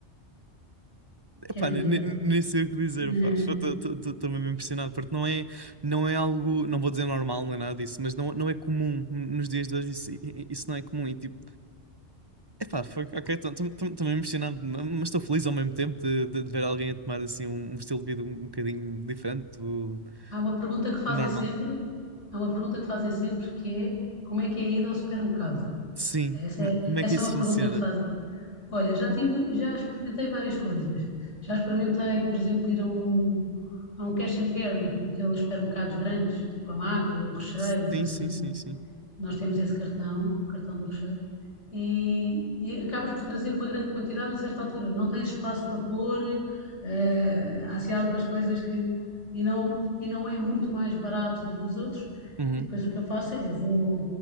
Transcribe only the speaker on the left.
Que
aventura!
<laughs>
Há uma pergunta que fazem
sempre, há uma pergunta que fazem sempre que é como é que é a ida ao supermercado?
Pá, Essa
é,
essa
é uma
pergunta que fazem. Olha, já tive, já experimentei várias coisas. Já experimentei, por exemplo, ir a um, Há um cash and carry, aqueles supermercados grandes, tipo a Macro ou o Recheio,
ou assim.
Nós temos esse cartão, o cartão do Recheio, e, e acabas por trazer uma grande quantidade a certa altura. Não tens espaço para pôr, eh, há assim algumas coisas que. E não, e não é muito mais barato do que os outros.
E depois o que eu faço é vou. Ou